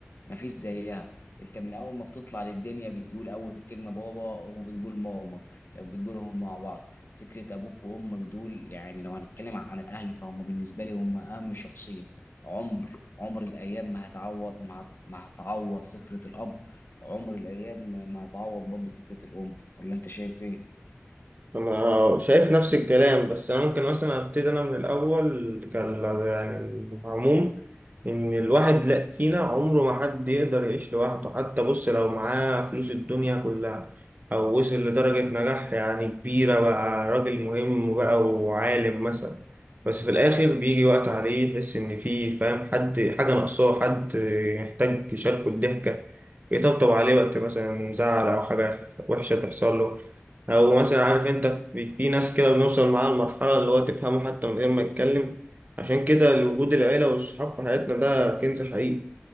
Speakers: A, on the left; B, on the right.
A: مفيش زيها انت من اول ما بتطلع للدنيا بتقول اول كلمه بابا وبتقول ماما وبتقولهم مع بعض فكره ابوك وامك دول يعني لو هنتكلم عن الاهل فهم بالنسبه لي هم اهم شخصين عمر عمر الايام ما هتعوض ما هت- ما هتعوض فكره الاب عمر الايام ما هتعوض برضه فكره الام ولا انت شايف ايه
B: انا شايف نفس الكلام بس انا ممكن مثلا ابتدي انا من الاول كان يعني العموم ان الواحد لا فينا عمره ما حد يقدر يعيش لوحده حتى بص لو معاه فلوس الدنيا كلها او وصل لدرجة نجاح يعني كبيرة بقى راجل مهم بقى وعالم مثلا بس في الاخر بيجي وقت عليه يحس ان فيه فاهم حد حاجة ناقصاه حد يحتاج يشاركه الضحكة يطبطب عليه وقت مثلا زعل او حاجة وحشة تحصل له او مثلا عارف انت في في ناس كده بنوصل معاها لمرحله اللي هو تفهمه حتى من غير ما يتكلم عشان كده وجود العيله والصحاب في حياتنا ده كنز حقيقي